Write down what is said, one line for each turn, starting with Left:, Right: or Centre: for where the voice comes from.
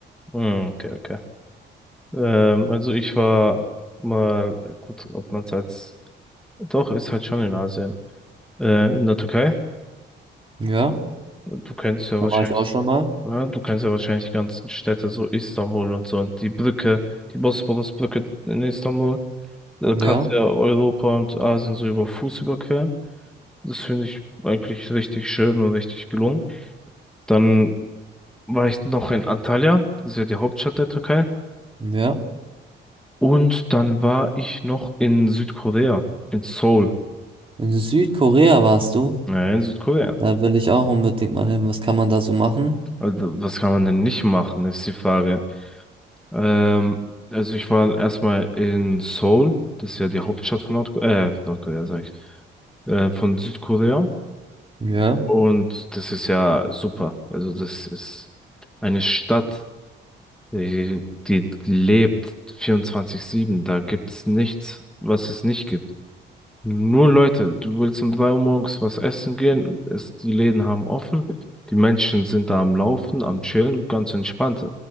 Centre: Hm, okay, okay. Ähm, also ich war mal, gut, ob man es als, doch, ist halt schon in Asien. Äh, in der Türkei.
Right: Ja,
Centre: Du kennst ja
Right: da
Centre: wahrscheinlich,
Right: war ich auch schon mal.
Centre: ja, du kennst ja wahrscheinlich die ganzen Städte, so Istanbul und so, und die Brücke, die Bosporusbrücke in Istanbul. Da
Right: Ja,
Centre: kannst du ja Europa und Asien so über Fuß überqueren. Das finde ich eigentlich richtig schön und richtig gelungen. Dann war ich noch in Antalya, das ist ja die Hauptstadt der Türkei.
Right: ja.
Centre: Und dann war ich noch in Südkorea, in Seoul.
Right: In Südkorea warst du.
Centre: Ja, in Südkorea.
Right: Da will ich auch unbedingt mal hin. Was kann man da so machen?
Centre: Also, was kann man denn nicht machen, ist die Frage. Ähm, also ich war erstmal in Seoul, das ist ja die Hauptstadt von Nordkorea, äh, Nordkorea, sag ich, äh, von Südkorea.
Right: Ja.
Centre: Und das ist ja super. Also das ist eine Stadt, die, die lebt 24/7. Da gibt's nichts, was es nicht gibt. Nur Leute, du willst um 3 Uhr morgens was essen gehen, es, die Läden haben offen, die Menschen sind da am Laufen, am Chillen, ganz entspannt.